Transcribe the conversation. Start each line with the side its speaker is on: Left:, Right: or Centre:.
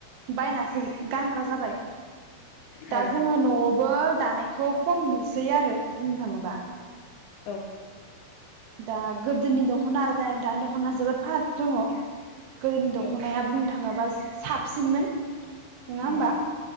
Right: बायनासो गानग्रा जाबाय दा
Left: औ
Right: जोङो नआवबो दानायखौ खम नु सै आरो बुंनो थाङोबा
Left: औ
Right: दा गोदोनि दखना आरो दा दानि दख'ना जोबोद फाराग दङ। गोदोनि दखनाया
Left: औ
Right: बुं थाङोबा साबसिनमोन नङा
Left: उम
Right: होमबा